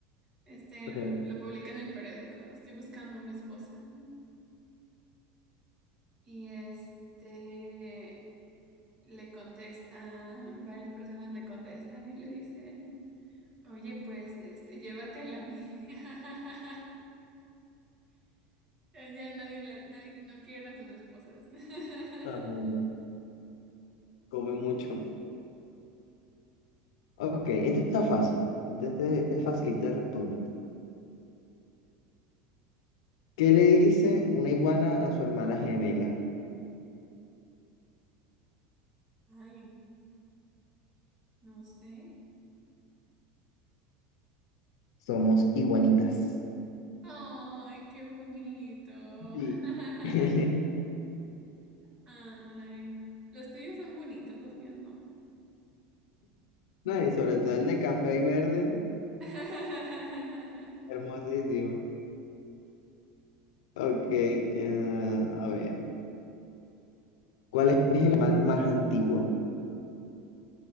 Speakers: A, on the right; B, on the left.
A: Este,
B: Ok,
A: lo, lo publica en el periódico, estoy buscando una esposa, ¿no? Y este, le contestan, varias personas le contestan y le dicen... Oye, pues, este, llévate a la mía. <laughs> Ya nadie, la- nadie no quieren a sus esposas. <laughs>
B: todo el mundo come mucho. Ok, este está fácil. Este, este, este es facilito de responder. ¿Qué le dice una iguana a su hermana gemela?
A: Ay, no sé.
B: Somos iguanitas.
A: Ay, qué bonito.
B: Sí.
A: <laughs>
B: <laughs>
A: Ay, los tuyos son bonitos, los míos no.
B: No, y sobre todo el de café y verde,
A: <laughs>
B: hermosísimo. Ok, eh, a ver. ¿Cuál es el animal más antiguo?